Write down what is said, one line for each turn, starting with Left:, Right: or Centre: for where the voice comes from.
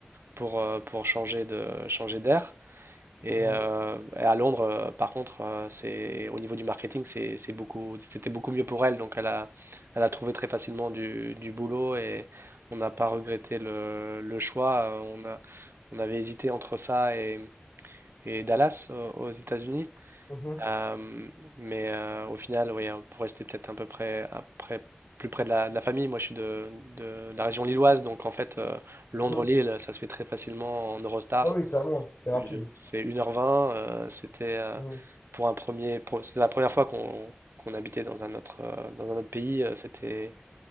Right: pour, euh, pour changer de, changer d'air. Et,
Left: Mhm.
Right: euh, et à Londres, euh, par contre, euh, c'est au niveau du marketing, c'est, c'est beaucoup, c'était beaucoup mieux pour elle. Donc, elle a, elle a trouvé très facilement du, du boulot et on n'a pas regretté le, le choix. Euh, On a, on avait hésité entre ça et, et Dallas au- aux, États-Unis.
Left: Mhm.
Right: Euh, mais euh, au final, oui, hein, pour rester peut-être un peu près, à près- plus près de la, de la famille, moi je suis de, de la région lilloise, donc en fait, euh, Londres-Lille,
Left: Mhm.
Right: ça se fait très facilement en Eurostar.
Left: Ah oui, clairement, c'est rapide.
Right: Euh, C'est une heure vingt euh, c'était euh,
Left: Mhm.
Right: pour un premier, pour- c'était la première fois qu'on qu'on habitait dans un autre, euh, dans un autre pays. euh, c'était,